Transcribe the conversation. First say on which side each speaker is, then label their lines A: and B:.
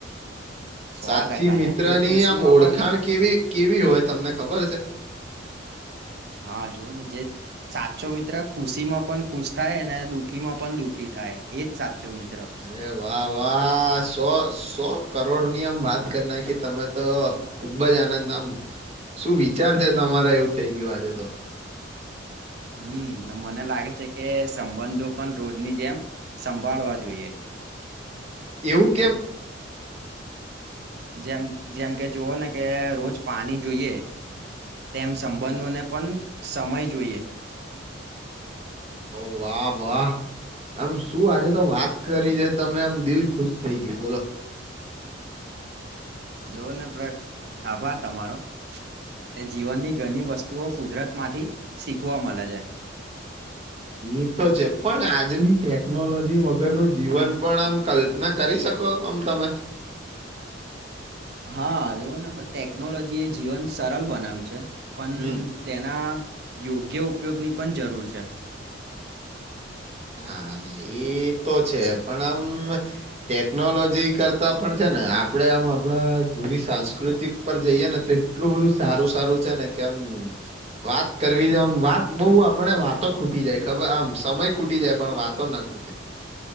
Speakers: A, on the right (about 55°); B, on the right (about 35°).
A: સો
B: સાચી
A: ટકા
B: મિત્ર
A: યાર જે
B: ની
A: ખુશીમાં
B: આમ ઓળખાણ
A: પણ
B: કેવી? કેવી હોય તમને ખબર છે.
A: હા જોઓ ને જે સાચો મિત્ર ખુશી માં પણ ખુશ થાય ને દુઃખી માં પણ દુઃખી થાય એજ સાચ ચૌ મિત્રા
B: અરે વાહ વા શો શો કરોડો ની આમ વાત કરી નાખી તમે તો ખુબ જ આનંદ આમ શું વિચાર છે તમારે એવું થઈ ગયું આજે તો.
A: હમ મને લાગે છે કે સંબંધો પણ રોજની જેમ સંભાળવા જોઈએ.
B: એવું કેમ?
A: જેમ જેમ કે જુવઓ ને કે રોજ પાણી જોઈએ. તેમ સંબંધોને પણ સમય જોઈએ.
B: ઓ વાહ વાહ. આમ શું આજે તો વાત કરી છે તમે આમ દિલ ખુશ થઈ ગયું બોલો.
A: જોવો ને પડ આભાર તમારો. એ જીવનની ઘણી વસ્તુઓ કુદરત માંથી શીખવા મળે છે.
B: એ તો છે પણ આજની ટેકનોલોજી વગરનું જીવન પણ આમ કલ્પના કરી શકો આમ તમે.
A: હા જોવો ને આપ ટેકનોલોજી એ જીવન સરળ બનાવ્યું છે. પણ
B: હમ
A: તેના યોગ્ય ઉપયોગની પણ જરૂર છે.
B: હા એઈ તો છે પણ આમ ટેકનોલોજી કરતા પણ છે ને આપડે આમ આપણા જૂની સાંસ્કૃતિક પર જઈએ ને તો એટલું બધું સારું સારું છે ને કે આમ વાત કરવી છેમ વાત બહ આપને વાતો ખૂટી જાય ખબર આમ સમય ખૂટી જાય પણ વાતો ના ખૂટે.